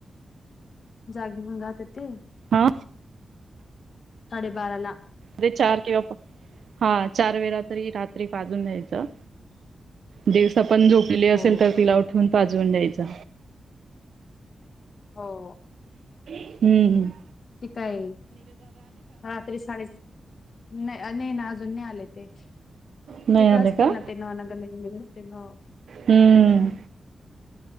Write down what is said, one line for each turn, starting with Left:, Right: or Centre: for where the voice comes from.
Left: जागी भंगा ते तेे.
Right: अ
Left: साडे बाराला.
Right: ते चार किंवा पाच. हा, चार वेळा तर हे रात्री पाजून द्यायचं. जिरं पण झोपलेली असेल
Left: हो
Right: तर तिला उठून.. पाजवून द्यायचा.
Left: हो.
Right: हम्म हम्.
Left: ती काय? रात्री साडे नाही. नाही ना, अजून नाही आले. तेच.
Right: नाही
Left: तिकडं
Right: आले
Left: असतील
Right: का
Left: ना! नवं नगर <unintelligible> ते भाव.
Right: हम्म